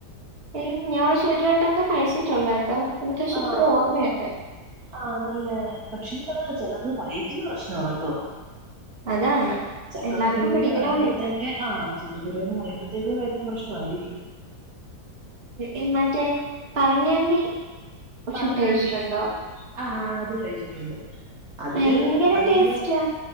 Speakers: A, on the right; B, on the right.
A: ഏഹ് ഞാൻ പക്ഷെ ഒരു വട്ടെന്നു കഴിച്ചിട്ടുള്ളട്ടോ എനിക്ക് പക്ഷെ
B: ആഹ്
A: ഇപ്പഴും ഓർമ്മയുണ്ട്
B: ആഹ് നല്ല പക്ഷെല്ലാ ചെലത് വയറ്റിന് പ്രശ്നവാട്ടോ
A: അതാണ്
B: ചക്കക്കുരുവേന്ന്
A: എല്ലാവർക്കും പിടിക്കണമെന്നില്ല
B: പറയുമ്പഴത്തേക്ക് ആഹ് ചക്കക്കുരുവേ എന്ന് പറയുമ്പഴത്തേക്ക് വഴറ്റിന് പ്രശ്നവായിരിക്കും
A: ഉം മറ്റേ പറങ്ങാണ്ടി
B: പറങ്ങാണ്ടി
A: ചുട്ട് കഴിച്ചിട്ടുണ്ടോ
B: ആഹ് അത് കഴിച്ചിട്ടുണ്ട് അതില്
A: ഭയങ്കര
B: വല്യ
A: ടേസ്റ്റാ